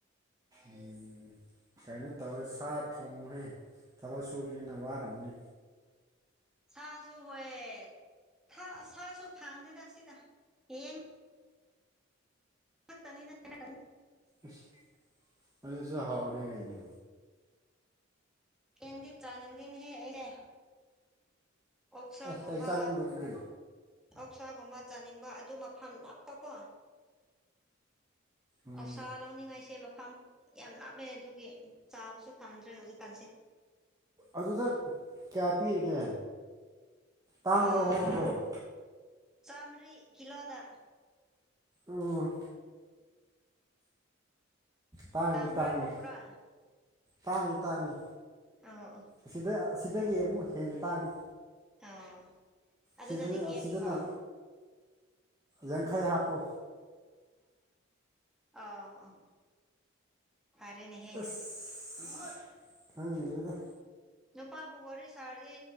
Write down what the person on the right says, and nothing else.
ꯎꯝ ꯀꯩꯅꯣ ꯇꯧꯋꯦ ꯁꯥ ꯊꯣꯡꯉꯨꯍꯦ ꯊꯕꯛ ꯁꯨꯕ ꯅꯤꯅ ꯋꯥꯔꯝꯒꯅꯤ
ꯑꯁ ꯑꯗꯨꯁꯨ ꯍꯥꯎꯔꯦ ꯀꯩꯅꯣ
ꯑꯩꯁ ꯀꯩ ꯆꯥꯅꯤꯡꯕ ꯑꯗꯨꯗꯤ
ꯎꯝ
ꯑꯗꯨꯗ ꯀꯌꯥ ꯄꯤꯔꯤꯒꯦ ꯇꯥꯡꯕ꯭ꯔꯣ
ꯍꯣꯡꯕ꯭ꯔꯣ
ꯑꫭ ꯇꯥꯡꯉꯤ
ꯇꯥꯡꯉꯤ
ꯇꯥꯡꯉꯤ ꯇꯥꯡꯉꯤ꯫
ꯑꯁꯤꯗ ꯑꯁꯤꯗꯒꯤ ꯑꯃꯨꯛ ꯍꯦꯟꯅ ꯇꯥꯡꯉꯤ꯫
ꯁꯤꯗ
ꯑꯁꯤꯗꯅ
ꯌꯥꯡꯈꯩ ꯍꯥꯞꯄꯨ꯫
ꯢꯁ ꯈꯪꯗ꯭ꯔꯦꯗ꯫